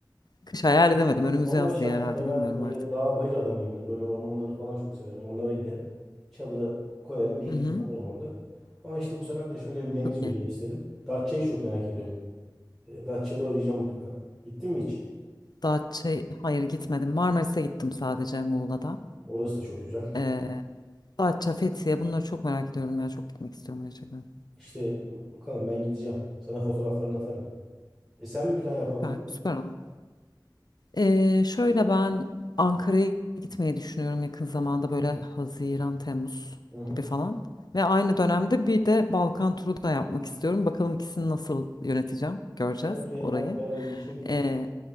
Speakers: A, on the left; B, in the centre.
A: kış hayal edemedim. Önümüz
B: Normal
A: yaz
B: şartlarda
A: diye herhalde bilmiyorum
B: ben böyle
A: artık.
B: dağ bayır adamıyımdır. Böyle ormanları falan çok severim. Oralara giderim. Çadırı koyarım. Bir iki
A: Hı hı.
B: gün kalırım orada. Ama işte bu sefer de şöyle bir deniz
A: Çok
B: göreyim
A: iyi.
B: istedim. Datça'yı çok merak ediyorum. E, Datça'ya da uğrayacağım mutlaka. Gittin mi hiç?
A: Datça, hayır gitmedim. Marmaris'e gittim sadece Muğla'da.
B: Orası da çok güzel.
A: Ee, Datça, Fethiye bunları çok merak ediyorum ya. Çok gitmek istiyorum gerçekten.
B: İşte e, bakalım ben gideceğim. Sana fotoğraflarını atarım. E, sen bir plan yapmadın
A: Süper,
B: mı?
A: süper olur. Ee, şöyle ben Ankara'ya gitmeyi düşünüyorum yakın zamanda böyle Haziran, Temmuz
B: Hı hı.
A: gibi falan. Ve aynı dönemde bir de Balkan turu da yapmak istiyorum. Bakalım ikisini nasıl yöneteceğim. Göreceğiz
B: En önce
A: orayı.
B: Ankara'da bir işini bitir.
A: Ee,